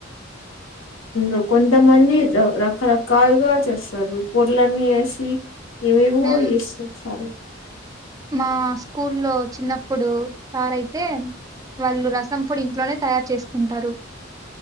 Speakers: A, on the right; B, on the left.
A: <inaudible>
B: ఆ కొంతమంది రకరక్లుగా చేస్తారు పొడిలన్నీవేసి ఏమేవో
A: మ్మ్
B: ఎస్చేస్తరు
A: మా స్కూలో చిన్నప్పుడు సార్ అయితే వాళ్ళు రసం పొడి ఇంట్లోనే తయారు చేసుకుంటారు